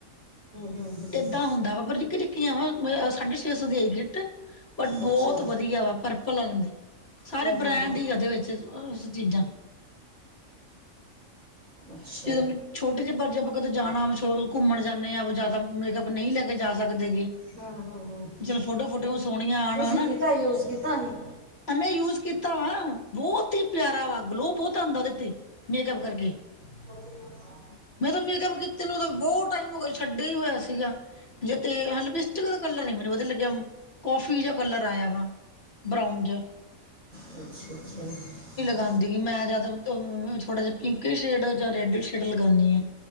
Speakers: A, on the right; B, on the left.
A: ਹਮ ਹਮ
B: ਏਦਾਂ ਹੁੰਦਾ ਵਾ ਪਰ ਨਿੱਕੀ ਟਿੱਕੀਆਂ ਵਾ ਸਾਢੇ ਛੇ ਸੌ ਦੀ ਆਈ ਕਿੱਟ ਬਟ
A: ਅੱਛਾ
B: ਬਹੁਤ ਵਧੀਆ ਵਾ ਪਰਪਲ ਆ ਦੀ ਸਾਰੇ
A: ਹਮ ਹਮ ਹਮ,
B: ਬ੍ਰੈਂਡ ਹੀ ਉਹਦੇ ਵਿੱਚ ਉਸ ਚੀਜ਼ਾਂ।
A: ਅੱਛਾ
B: ਜਦੋਂ ਮਿੱਠ। ਛੋਟੇ ਜਿਹੇ ਪਰਜੇ ਆਪਾਂ ਕਦੇੋਂ ਜਾਣਾ ਘੁੰਮਣ ਜਾਂਦੇ ਹਾਂ। ਜਿਆਦਾ ਮੇਕਅਪ ਨਹੀਂ ਲੈ ਕੇ ਜਾ ਸਕਦੇ ਗ।
A: ਹਮ ਹਮ ਹਮ
B: ਜਦੋ ਫੋਟੋ ਫੋਟੋਆਂ ਸੋਣੀਆਂ ਆਉਣ
A: ਤੁਸੀਂ
B: ਹੈ ਨਾ।
A: ਕੀਤਾ ਯੂਜ਼ ਕੀਤਾ ਸੀ
B: ਐ ਮੇ ਯੂਜ ਕੀਤਾ ਵਾ ਬਹੁਤ ਹੀ ਪਿਆਰਾ ਵਾ ਗਲੋ ਬਹੁਤ ਆਉਂਦਾ ਉਹਦੇ ਤੇ ਮੇਕਅਪ ਕਰਕੇ
A: <unintelligible>
B: ਮੈਂ ਤਾਂ ਮੇਕਅਪ ਕੀਤੇ ਨੇ ਬਹੁਤ ਟਾਈਮ ਹੋਗ ਛੱਡਿਆ ਹੀ ਹੋਇਆ ਸੀਗਾ ਜੇ ਤੇ ਹ ਵੀ ਦਾ ਕਲਰ ਨ ਮੈਨੂੰ ਵਧੀਆ ਲੱਗਿਆ ਕੌਫੀ ਜ ਕਲਰ ਆਇਆ ਵਾ ਬਰਾਾਊਨਜ
A: <unintelligible>
B: ਹੈਜੀ ਮੈ ਜਿਆਦਾ ਥੋੜਾ ਜਿਹਾ ਪਿੰਕ ਸ਼ੇਡ ਜਾਂ ਰੈਡ ਸ਼ੇਡ ਲਗਾਉਂਦੀ ਆ।